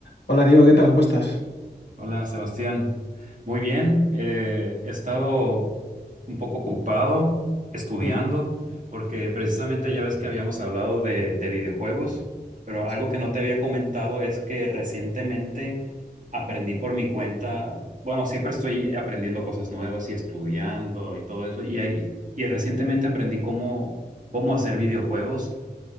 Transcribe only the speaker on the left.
Hola Diego, ¿qué tal? ¿Cómo estás?
Mm,
Sí.